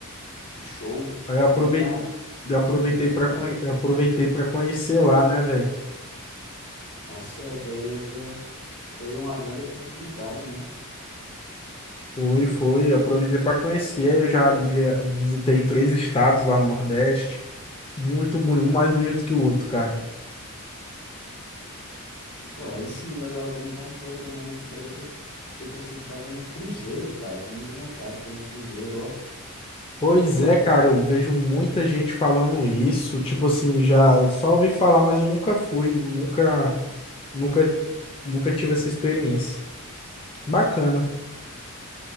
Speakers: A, on the left; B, on the left.
A: que show.
B: Aí eu aproveitei,
A: Eu também tava.
B: aproveitei
A: Hum, pode
B: para
A: falar.
B: aproveitei para conhecer lá, né, velho?
A: Tá certo, aí foi, foi uma grande oportunidade, né?
B: Foi, foi, aproveitei para conhecer. Aí eu já via- visitei três estados lá no Nordeste. Muito bonito, um mais bonito que o outro, cara.
A: Pô, aí sim, legal. Eu também tava me programando aqui pra ver se eu, se eu consigo fazer um cruzeiro, cara. Eu Tenho muita vontade de fazer um cruzeiro, ó.
B: Pois
A: Pô,
B: é, cara, eu vejo muita gente falando isso, tipo assim, já eu só ouvi falar, mas eu nunca fui, nunca, nunca, nunca tive essa experiência. Bacana.